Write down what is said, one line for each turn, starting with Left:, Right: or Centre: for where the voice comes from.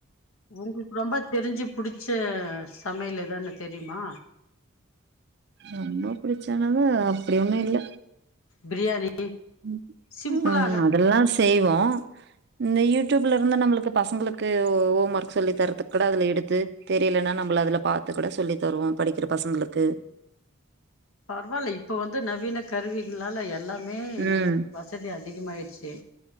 Left: உங்களுக்கு ரொம்ப தெரிஞ்சு புடிச் ச சமையல் எதுன்னு தெரியுமா
Right: ரொம்ப பிடிச்சது அப்படி ஒன்னும் இல்ல
Left: பிரியாணி
Right: ம்ம்
Left: சிம்பிள் ஆகுற
Right: அதெல்லாம் செய்வோம் இந்த யூ யூடியூப்ல இருந்த நம்மளுக்கு பசங்களுக்கு ஹோம் ஒர்க் சொல்லி தரதுக்கு கூட அதல எடுத்து தெரியலன்னா நம்மள அதல பாத்து கூட சொல்லி தருவோம் படிக்கிற பசங்களுக்கு
Left: பரவாயில்ல இப்ப வந்து நவீன கருவிகளால எல்லா மே
Right: ம்
Left: எல்லா வசதி ஆச்சு அதிகமாயீடுச்சு